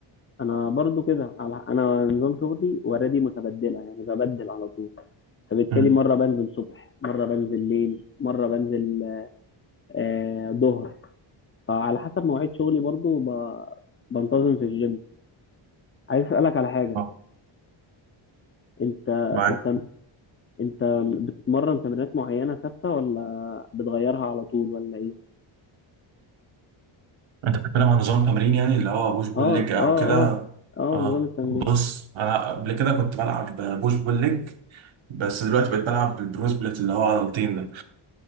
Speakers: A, on the left; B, on the right.
A: انا برضو كده على- انا نظام شغلي وردي متبدله يعني ببدل على طول فبالتالي
B: امم
A: مره بنزل صبح مره بنزل ليل مره بنزل آه، ظهر فعلى حسب مواعيد شغلي برضو ب- بنتظم في الجيم عايز اسالك على حاجه
B: اه
A: انت
B: معاك
A: انت انت بتتمرن تمرينات معينه ثابته ولا بتغيرها على طول ولا ايه
B: انت بتتكلم عن نظام تمرين يعني اللي هو بوش بول
A: اه
B: ليج او
A: اه
B: كده
A: اه اه
B: اه
A: نظام التمرين
B: بص انا قبل كده كنت بلعب بوش بول ليج بس دلوقتي بقيت بلعب بالبرو سبليت اللي هو عضلتين